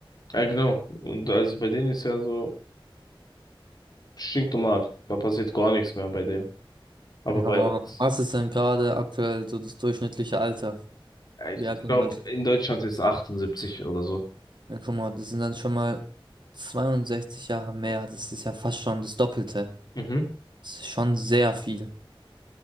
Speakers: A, on the left; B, on the right.
A: Ja, genau. Und also bei denen ist ja so stinknormal. Da passiert gar nichts mehr bei denen. Aber bei
B: Aber
A: uns,
B: was ist denn gerade aktuell so das durchschnittliche Alter,
A: ja, ich
B: wie alt man
A: glaube,
B: wird?
A: in Deutschland ist 78 oder so.
B: Ja, guck mal, das sind dann schon mal 62 Jahre mehr. Das ist ja fast schon das Doppelte.
A: Mhm.
B: Das ist schon sehr viel.